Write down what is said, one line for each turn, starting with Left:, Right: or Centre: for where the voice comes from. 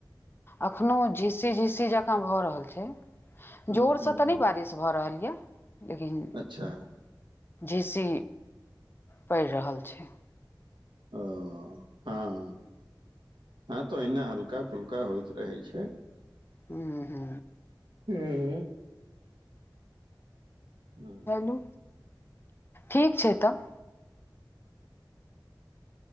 Left: एखनो झिस्सी झिस्सी जकाँ भऽ रहल छै
Right: हम्म,
Left: जोरसँ
Right: हम्म,
Left: तऽ
Right: हम्म,
Left: नहि बारिश भऽ रहल यए लेकिन
Right: अच्छा
Left: जे सी पड़ रहल छै
Right: ओ हँ हँ हाँ तऽ ओहिना हल्का फुल्का होइत रहै छै
Left: हू हू
Right: हू हू
Left: बू ठीक छै तब